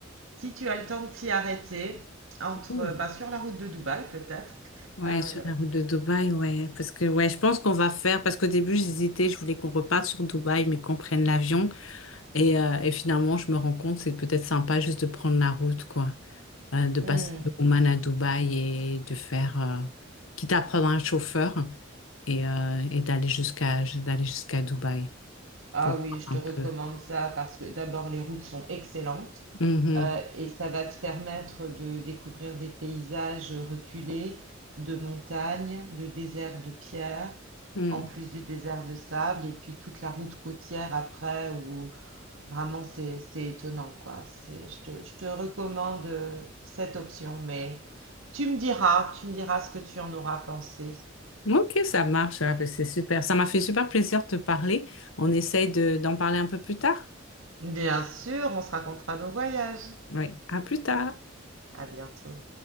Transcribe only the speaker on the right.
si tu as le temps de t'y arrêter, entre,
bah, sur la route de Dubaï peut-être.
Euh,
ouais.
Ah
oui,
je te recommande
ça parce que d'abord les routes sont excellentes
euh, et ça va te permettre de découvrir des paysages reculés, de montagnes, de déserts de pierre,
en plus du désert de sable et puis toute la route côtière après où vraiment c'est c'est étonnant quoi. C'est, je te, je te recommande euh, cette option, mais tu me diras, tu me diras ce que tu en auras pensé.
Bien sûr, on se racontera nos voyages.
À bientôt.